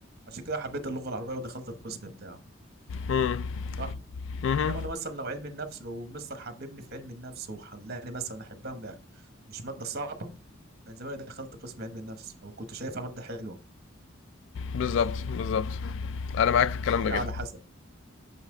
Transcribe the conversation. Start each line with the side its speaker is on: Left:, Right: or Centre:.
Right: عشان كده حبيت اللغة العربية ودخلت القسم بتاعه
Left: امم
Right: صح
Left: امم
Right: انما لو مثلا لو علم النفس لو المستر حببني في علم النفس وخلاني مثلا احبها بقى مش ماده صعبه كان زمان دخلت قسم علم النفس لو كنت شايفها ماده حلوه
Left: بالظبط بالظبط انا معاك في الكلام
Right: هي
Left: ده جدا
Right: على حسب